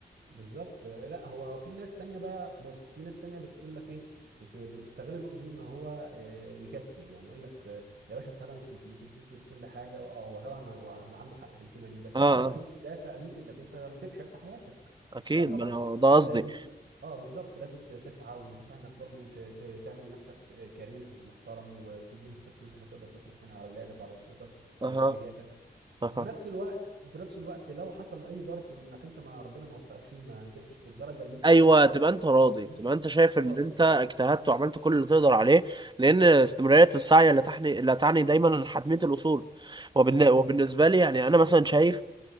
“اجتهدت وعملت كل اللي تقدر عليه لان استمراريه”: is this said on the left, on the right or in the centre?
Right